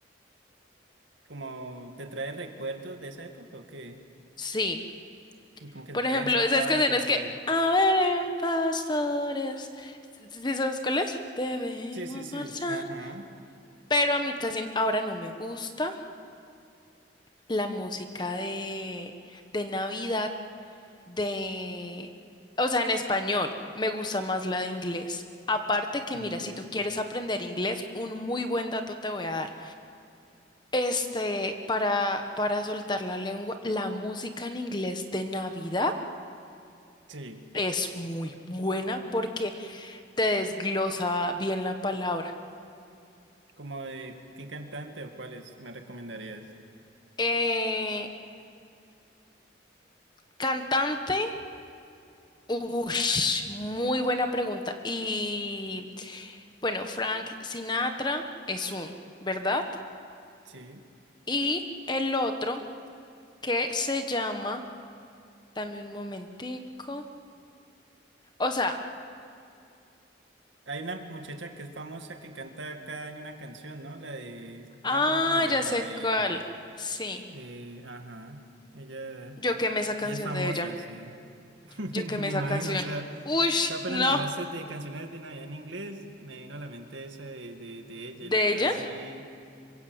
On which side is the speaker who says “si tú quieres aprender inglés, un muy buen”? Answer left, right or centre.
Left